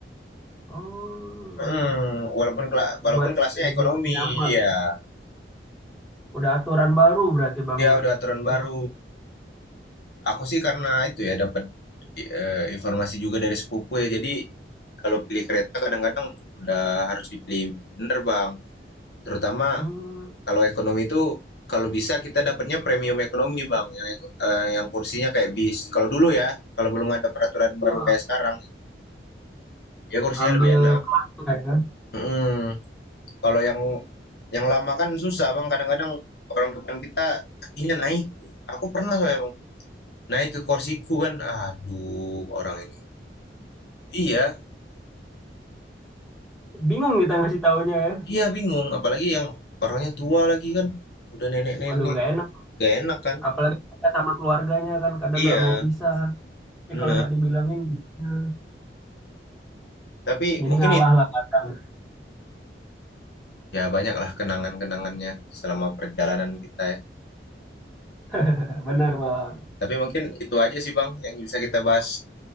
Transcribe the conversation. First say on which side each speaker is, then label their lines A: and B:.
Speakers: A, in the centre; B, on the left (about 65°).
A: Oh.
B: Mm, walaupun kela- walaupun
A: buat
B: kelasnya
A: sedemikian
B: ekonomi,
A: nyaman.
B: ya,
A: Udah aturan baru berarti Bang
B: Ya
A: ya.
B: udah aturan baru.
A: Cukup.
B: Aku sih karena itu ya dapat eh, informasi juga dari sepupu ya, jadi kalau pilih kereta kadang-kadang udah harus dipilih bener Bang, terutama
A: Hmm,
B: Kalau ekonomi itu, kalau bisa kita dapatnya premium ekonomi, Bang, yang eko eee, yang kursinya kayak bis. Kalau dulu ya, kalau belum ada peraturan baru
A: iya Bang.
B: kayak sekarang, ya kursinya
A: Ambil
B: lebih enak.
A: kelas lah ya.
B: Heeh. Mhm, kalau yang yang lama kan susah, Bang, kadang-kadang orang depan kita kakinya naik. Aku pernah soalnya, Bang, naik ke kursiku kan, aduh orang ini. Iya
A: Bingung kita ngasih taunya ya.
B: iya bingung, apalagi yang orangnya tua lagi kan, udah nenek-nenek,
A: Aduh nggak enak.
B: gak enak kan.
A: Apalagi kita sama keluarganya kan kadang
B: Iya,
A: nggak mau pisah. Tapi
B: bener,
A: kalau nggak dibilangin hmm,
B: tapi
A: jadi
B: mungkin
A: ngalah
B: itu.
A: lah kadang.
B: Ya banyaklah kenangan-kenangannya selama perjalanan kita ya.
A: <laughs> Benar Bang.
B: Tapi mungkin itu aja sih Bang yang bisa kita bahas